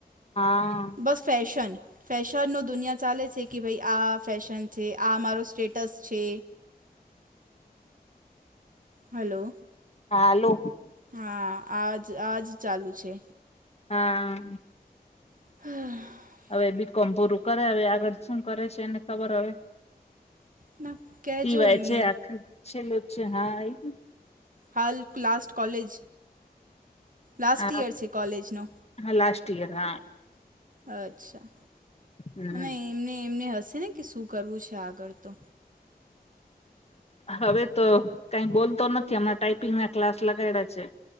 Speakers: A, on the left; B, on the right.
A: હા
B: બસ ફેશન ફેશનનો દુનિયા ચાલે છે કે ભાઈ આ ફેશન છે આ મારો સ્ટેટ ટસ છે હલો
A: હાલો
B: હા આજ આજ ચાલુ છે.
A: હા
B: હ
A: હવે બી કોમ પૂરું કરે હવે આગળ શું કરે છે એને ખબર હવે
B: ના કહેજો
A: ટીવાય
B: એમને
A: છે આખા છેલ્લો છે હા ઈ જ
B: હાલ ક્લાસ્ટ્ટ કોલેજ લાસ્ટ
A: હા
B: યર છે કોલેજનો
A: હા લાસ્ટ યર હા
B: અચ્છા
A: હમ
B: નઈ <unintelligible> એમને હશે ને કે શું કરવું છે આગળ તો
A: હવે તો કઈ બોલતો નથી હમણાં ટાઈપિંગ ના ક્લાસ લગાડિયા છે.